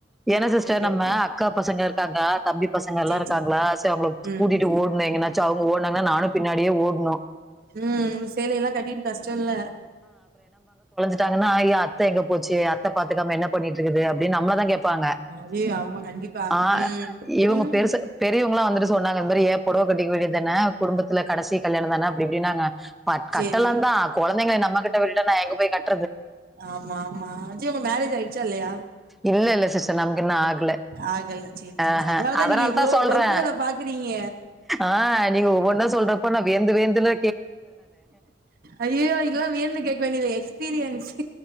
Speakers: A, in the centre; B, on the right.
A: ஏன்னா சிஸ்டர்
B: ஓகே
A: நம்ம
B: ஓகே
A: அக்கா பசங்க இருக்காங்க தம்பி பசங்கல்லா
B: சேரி
A: இருக்காங்களா
B: சேரி
A: சரி அவங்கள
B: ம்
A: கூட்டிட்டு ஓட்னு எங்கனாச்சும் அவங்க ஓனாங்கன்னா நானு பின்னாடியே ஓடுணு
B: உம் சேலைல்லா கட்டிட்டு கஷ்டல்ல
A: த்தாங்கன்னா ஐயோ அத்த எங்க போச்சு அத்த பாத்துக்காம என்ன பண்ணிட்டு இருக்குது அப்டின் நம்மலாதா கேப் பாங்க
B: அது ஆமா கண்டிப்பா
A: ஆ
B: ம்
A: இவங்க
B: ம்
A: பெருசு பெரியவங்களா வந்துட்டு சொன்னாங்க இது மாரி ஏ பொடவ ட்டிக்க வேண்டியதான குடும்பத்துல கடசி கல்யணந்தானே அப்டி இப்டின்னாங்க பட் கட்டளந்தான்
B: சேரி
A: கொழந்தைங்கள நம்மக்கிட் ங்க விட்டுட்டனா எங்கபோய் கட்
B: ஆமா ஆமா சே உங்க மேரேஜ் ஆயிடுச்சா இல்லையா
A: இல்லல்ல சிஸ்டர் நமக்கு இன்னு ஆக ல
B: ஆகல சேரி சேரி
A: ஆஹ அதனாலதா
B: நீங்க இவ்ளோ
A: சொல்றே
B: பொறுப்புகள பாக்குறீங்க
A: ஆஹ நீங்க ஒவ்வொன்ன சொல்றப்ப நா வியந்து வியந்துல
B: அய்யயோ இதல்லா வியந்து கேக்க வேண்டியது எக்ஸ் பிரியன்ஸ்